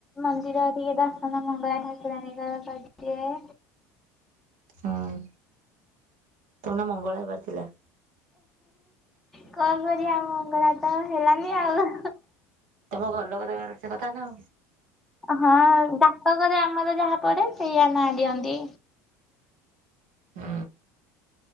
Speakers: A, in the centre; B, on the right.
A: ମନ୍ଦିରରେ ଟିକେ ଦର୍ଶନ ମଙ୍ଗଳା ଠାକୁରଙ୍କ କରିଦିଏ।
B: ହଁ। ଏଇନା ମଙ୍ଗଳ ହେବାର ଥିଲା।
A: କଣ କରିବା ମଙ୍ଗଳା ତ ହେଲାନି ଆଉ।
B: ତମ ଘର ଲୋକ ଦେବାର କଥା ନା।
A: ହଁ ଜାତକ ରେ ଆମର ଯାହା ପଡେ ସେଇଆ ନାଁ ଦିଅନ୍ତି।
B: ହୁଁ।